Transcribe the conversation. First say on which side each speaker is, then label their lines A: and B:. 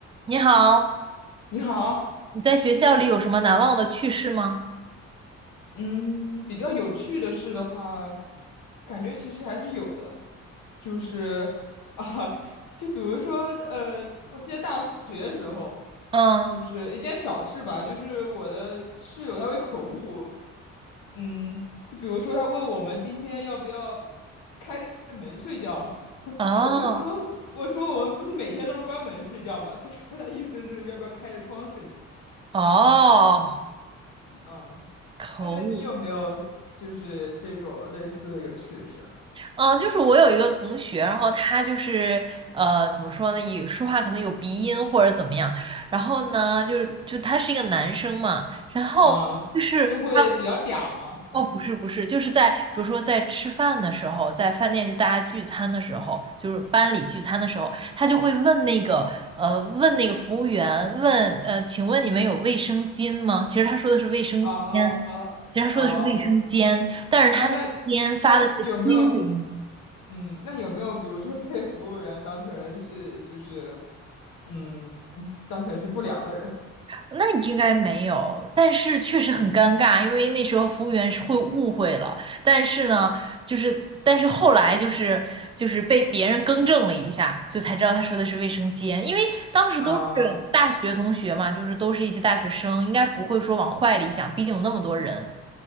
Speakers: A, on the right; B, on the left.
A: 你好，
B: 你好，
A: 你在学校里有什么难忘的趣事吗？
B: 嗯，比较有趣的事的话，感觉其实还是有的，就是啊，就比如说，呃，我记得大学的时候，
A: 嗯，
B: 就是一件小事吧，就是我的室友他会口误，嗯，就比如说他问我们今天要不要开着门睡觉，<laughs>
A: 哦
B: 我说我说我们不是每天都是关门睡觉吗？他说他意思是要不要开着窗睡觉。
A: 哦，
B: 嗯，
A: 可恶，
B: 哎，那你有没有就是这种类似的有趣的事啊？
A: 嗯，就是我有一个同学，然后他就是呃，怎么说呢，也说话可能有鼻音或者怎么样。然后呢，就是就他是一个男生嘛，然后就是他
B: 嗯，就会比较嗲吗？还是什么？
A: 哦，不是不是，就是在比如说在吃饭的时候，在饭店就大家聚餐的时候，就是班里聚餐的时候，他就会问那个呃问那个服务员问呃，请问你们有卫生巾吗？其实他说的是卫生间，
B: 哦哦哦，
A: 其实他说的是卫生间，但是他那个间发的是金陵，
B: 啊，那那有没有？嗯，那有没有比如说被服务员当成是就是嗯，当成是不良的人
A: 那应该没有，但是确实很尴尬，因为那时候服务员是会误会了。但是呢，就是但是后来就是就是被别人更正了一下，就才知道他说的是卫生间，因为当时都是大学同学嘛，
B: 啊
A: 就是都是一些大学生，应该不会说往坏里想，毕竟有那么多人，